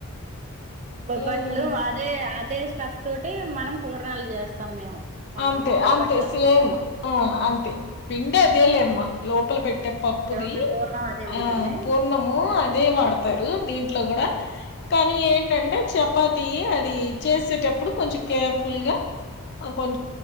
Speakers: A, on the right (about 30°); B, on the left (about 50°).
A: బొబ్బట్లు
B: ఉమ్
A: అదే అదే స్టఫ్ తోటి మనం పూర్ణాలు చేస్తాం మేము మనకి
B: అంతే
A: బొబ్బట్లు
B: అంతే సేమ్
A: కాదు
B: ఆ అంతే పిండే అదే లేమ్మ లోపల పెట్టే పప్పుది
A: లోపల పూర్ణం అదే ఉంటుంది
B: ఆ పూర్ణము అదే వాడతారు దీంట్లో కూడా కానీ ఏంటంటే చపాతి అది చేసేటప్పుడు కొంచెం కేర్ఫుల్ గా అఓక